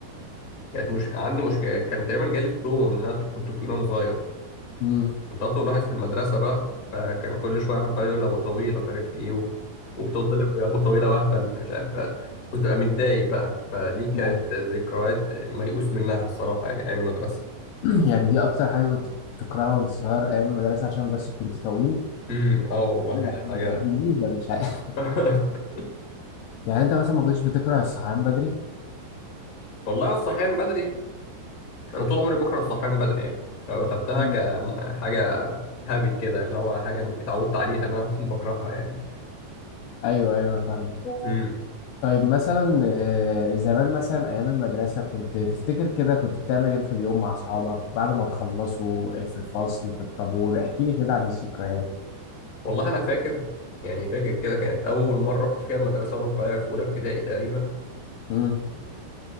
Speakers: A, on the left; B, on the left.
A: كانت مش عندي مشكلة كان تقريبا جالي ستوما من إن أنا كنت طويل وأنا صغير
B: امم
A: كنت أطول واحد في المدرسة بقى فكان كل شوية حد بقى يقول أبو طويل ومش عارف إيه و- وبتوصل يا أبو طويلة وأهبل مش عارف بقى. كنت أبقى متضايق بقى فدي كانت
B: يعني
A: ذكريات يعني ميؤوس منها الصراحة يعني أيام المدرسة
B: <clears throat> يعني دي اكتر حاجه كنت بتكرهها وانت صغير ايام المدرسه عشان بس كنت طويل
A: امم اه والله
B: ايه يا
A: يعني
B: عم
A: حاجة
B: دي ميزه مش عارف
A: <laughs>
B: <laughs> يعني انت مثلا ما كنتش بتكره الصحيان بدري
A: والله الصحيان بدري انا طول عمري بكره الصحيان بدري يعني لو اخدتها
B: مم.
A: كحاجه هابت كده اللي هو حاجه اتعودت عليها انا <laughs> بكرهها يعني
B: ايوه ايوه فاهمه
A: امم
B: طيب مثلا آه، زمان مثلا ايام المدرسه كنت تفتكر كده كنت بتعمل ايه في اليوم مع اصحابك بعد ما تخلصوا آه، في الفصل في الطابور احكي لي كده عن الذكريات
A: والله انا فاكر يعني فاكر كده كانت اول مره رحت فيها المدرسه وانا صغير في اولى ابتدائي تقريبا
B: امم